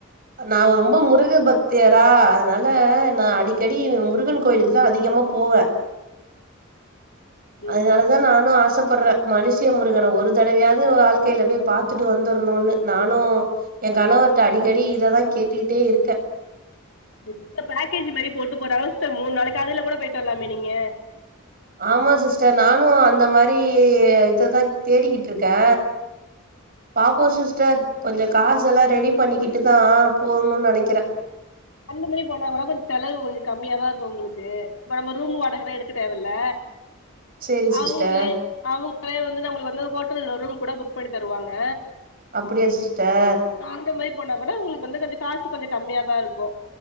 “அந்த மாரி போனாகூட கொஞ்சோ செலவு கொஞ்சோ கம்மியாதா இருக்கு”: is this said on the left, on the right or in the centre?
Left